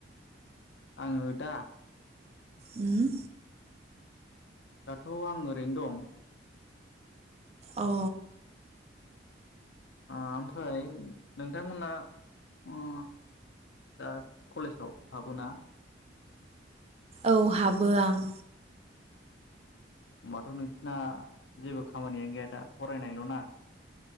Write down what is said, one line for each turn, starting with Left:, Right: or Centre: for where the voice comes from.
Left: आङो दा
Right: उम।
Left: दाथ' आं ओरैनो दं।
Right: औ।
Left: ओ ओमफ्राय नोंथांमोना अ दा कलेजाव हाबोना?
Right: औ हाबो आं।
Left: होमबाथ' नोंसिना जेबो खामानियानो गैया दा फरायनायल' ना?